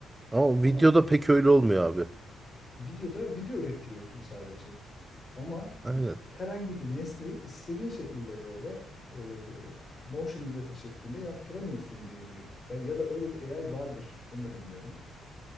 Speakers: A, on the right; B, on the left.
A: Ama
B: Ama
A: videoda pek öyle olmuyor abi.
B: Videoda video ürettiriyorsun sadece. Ama
A: Aynen.
B: e, herhangi bir nesneyi istediğin şekilde böyle e, motion grafik şeklinde yaptıramıyorsun diye biliyorum. Ben, ya da öyle bir AI vardır. Onu da bilmiyorum.